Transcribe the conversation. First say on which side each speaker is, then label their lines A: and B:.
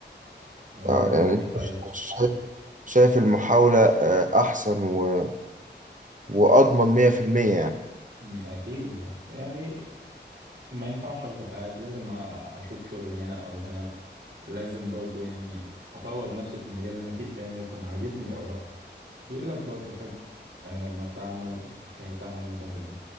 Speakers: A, on the right; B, on the right.
A: ولا
B: آه، يعني
A: انت ايه
B: انت
A: رايك
B: شايف شايف المحاولة آه، احسن و- واضمن 100% يعني
A: مم، اكيد اصل يعني ما ينفعش افضل قاعد لازم أ- اشوف شغل هنا او هنا لازم برضو يعني اطور نفسي في المجال اللي انا فيه يعني يكون عاجبني او لا ويقول لك برضو حب آه، ما تعمل كي تعمل ما تحب